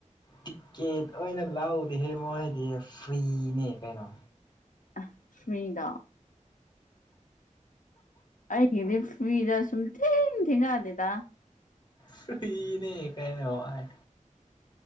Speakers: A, on the left (about 35°); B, on the left (about 75°).
A: ꯇꯤꯛꯀꯦꯠ ꯑꯣꯏꯅ ꯂꯧꯗꯦꯍꯦ ꯃꯣꯏꯗꯤ ꯐ꯭ꯔꯤꯅꯦ ꯀꯩꯅꯣ
B: ꯑꯦ ꯐꯔꯤꯗꯣ ꯑꯩꯒꯤꯗꯤ ꯐ꯭ꯔꯤꯗ ꯁꯨꯝ ꯊꯦꯡ ꯊꯦꯡꯅꯗꯦꯗꯥ
A: ꯐ꯭ꯔꯤꯅꯦ ꯀꯩꯅꯣ ꯑꯥꯏ